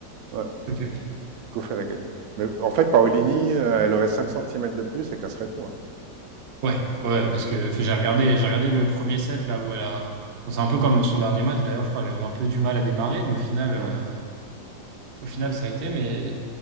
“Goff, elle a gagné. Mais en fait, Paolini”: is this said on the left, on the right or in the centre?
Right